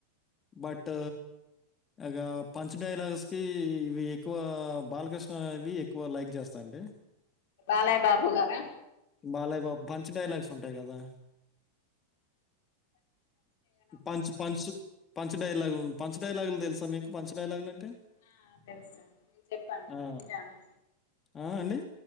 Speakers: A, on the left; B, on the left.
A: బట్ ఇగ పంచ్ డైలాగ్స్ కి ఇవి ఎక్కువ బాలకృష్ణ ఇవి ఎక్కువ లైక్ చేస్తా అండి
B: బాలయ డాపు గారా
A: బాలాయ బాబు పంచ్ డైలాగ్స్ ఉంటాయి గదా punch punch punch dialogue punch డైలాగులు తెలుసా మీకు పంచ్ డైలాగులంటే
B: ఆ తెలుసండి చెప్పండి
A: ఆ,
B: వింటాను
A: ఆ అండి